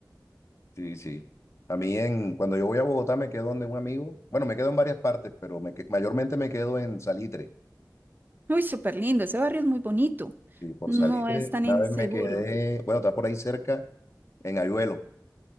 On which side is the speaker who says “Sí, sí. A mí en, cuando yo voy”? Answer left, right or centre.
Left